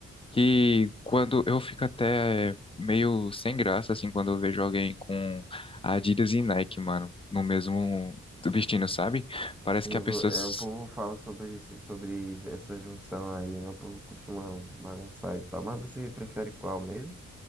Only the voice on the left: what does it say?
que quando eu fico até meio sem graça, assim, quando eu vejo alguém com Adidas e Nike, mano, no mesmo vestindo, sabe? Parece
que a pessoa.
s-